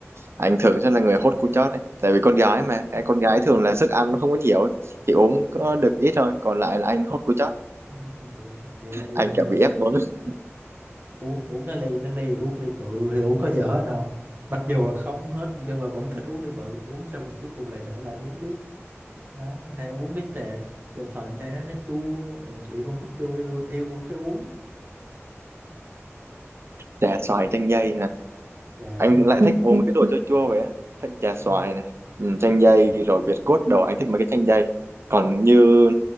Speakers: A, on the right; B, on the right.
A: anh thường sẽ là người hốt cú chót ấy. Tại vì con gái mà, em- con gái thường là sức ăn nó không có nhiều ấy. Thì uống có được ít thôi, còn lại là anh hốt cú chót.
B: Ừ, Vậy, vậy là y
A: Anh
B: như
A: kiểu bị ép uống <laughs>
B: uống uống cái ly nó ly uống ly bự thì uống có giờ hết đâu mặc dù là không uống hết nhưng mà vẫn thích uống ly bự uống xong rồi cuối cùng lại để lại uống tiếp đó bữa nay uống cái trà trà xoài chai đó nó chua mà chị không thích chua em, em vẫn phải uống
A: trà xoài chanh dây hả?
B: dạ
A: Anh
B: đúng rồi.
A: lại thích uống mấy cái đồ chua chua vậy á. Thích trà xoài
B: Ừ.
A: này, ừ, chanh dây rồi Việt cốt đầu anh thích mấy cái chanh dây. Còn như